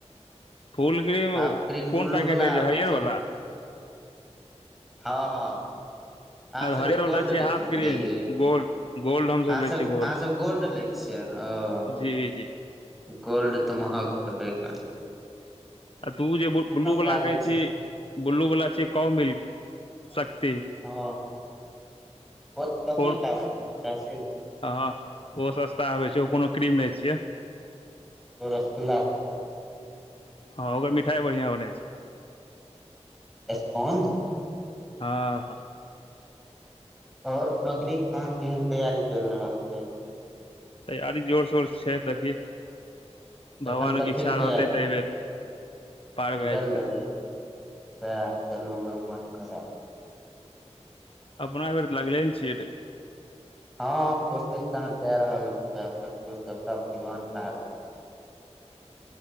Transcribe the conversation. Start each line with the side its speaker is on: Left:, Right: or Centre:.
Left: फुल क्रीम
Centre: हाफ क्रीम
Left: कोन
Centre: बुलु
Left: पैकेट
Centre: वला
Left: रहै
Centre: आबै
Left: हरियर
Centre: छै
Left: वाला
Centre: ने हँ हँ अहाँ
Left: <unintelligible>
Centre: सबके गोल्ड
Left: छ हाफ क्रीम
Centre: दै यै?
Left: गोल्ड गोल्ड हमस
Centre: अहाँ
Left: लै
Centre: सब
Left: छियै गोल्ड
Centre: अहाँ सब लै छियै ओ
Left: जी जी जी
Centre: गोल्ड तऽ महग हेबे करे
Left: आ तू जे बु्लू वला
Centre: के आबै
Left: कहै
Centre: छै
Left: छी बु्लू वला छियै कउ मिल्क शक्ति
Centre: हँ ओ तऽ कमेके
Left: और
Centre: आबै छै पचासे र
Left: हँ ओ सस्ता आबै छै ओ कोनो क्रीम नहि छियै
Centre: ओ रसगुल्ला
Left: हँ ओकर मिठाइ बढ़िआं बनै छै
Centre: <inaudible> एसपोन्ज
Left: हँ हँ
Centre: और नौकरी के केहन तैयारी चलि रहल छै
Left: तैयारी जोर शोर छै देखी
Centre: एखन
Left: भगवान
Centre: कथी
Left: के इच्छा
Centre: तैयारी
Left: रहतै तऽ एहि बेेर पार
Centre: निकालि
Left: भए जेतै
Centre: देबै सएह चलू भगवान करै
Left: अपना भर तऽ लगले ने छियै तऽ
Centre: हँ कोशिश त अहाँ कय रहल छी आ देखिय सबटा भगवान के हाथ